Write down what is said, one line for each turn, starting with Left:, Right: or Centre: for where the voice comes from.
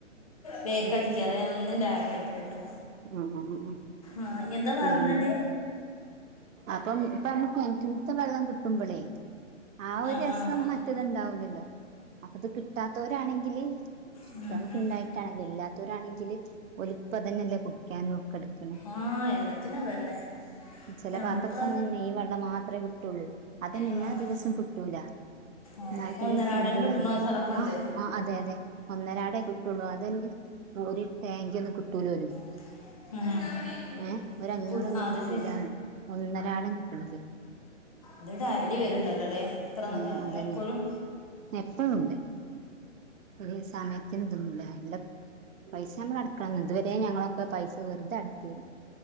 Left: ബേക്കടിക്ക
Right: ഉം
Left: അതാഞാനൊന്ന് ലാഗായിയിക്ക്ണ്ട്ട്ടോ.
Right: ഉ ഉ ഉം.
Left: ആഹ എന്താ പറഞ്ഞട്.
Right: പിന്നെ അപ്പം ഇപ്പ മ്മക്ക് കെണറ്റ്ന്ന് വെള്ളം കിട്ടുമ്പോളേ. ആ ഒരു
Left: ആഹ്
Right: രസം
Left: ആഹ്
Right: മറ്റത്ണ്ടാവലല്ലോ. അപ്പൊ അത് കിട്ടാത്തവരാണെങ്കില് ഇപ്പ
Left: ഉം
Right: നമുക്ക്
Left: ഉം
Right: ഇണ്ടായിട്ടാണെലോ ഇല്ലാത്തോരാണെങ്കില് ഒൽ. ഇപ്പതന്നെല്ലേ കുടിക്കാനും ഒക്കെ എടുക്കണ്.
Left: ആഹ് എല്ലാത്തിനും അതന്നെ
Right: ചിലപ്പോ
Left: ഞമ്മക്ക്
Right: അത്തൊക്കെ അങ്ങനെ ഈ വെള്ളം മാത്രെ കിട്ടുള്ളൂ അതന്നെ എല്ലാ
Left: ആഹ്
Right: ദിവസവും കിട്ടൂല
Left: ആഹ്
Right: എന്നാൾ ത്തിന്റെ
Left: ഒന്നരാടൻ
Right: ഒരു ഫ്രണ്ട്
Left: കിട്ടണ
Right: പറഞ്
Left: ഒരു സ്ഥലൊക്കെ ഉണ്ട്
Right: ആ ആ അതെ അതെ ഒന്നരടേ കിട്ടുള്ളു അതന്നെ ഒരു ടാങ്കി ഒന്നും കിട്ടൂലലും
Left: ഉം
Right: ഏഹ് ഒരഞ്ഞൂറൊന്നും
Left: പു അത്
Right: കിട്ടൂലാന്ന്
Left: ശ
Right: ഒന്നരാടം കിട്ട്ണതെ
Left: ഇത് ഡയലി വര്ണ്ടല്ലോല്ലേ ഇത്ര
Right: ആഹ് അതന്നെ
Left: എപ്പൊഴും
Right: എപ്പഴുണ്ട് ഒര് സമയത്തിന് ഇതൊന്നുല്ല <unintelligible> പൈസ നമ്മള് അടക്കണം ഇത് വ രേ ഞങ്ങളൊക്കെ പൈസ വെർതെ അടക്കേനി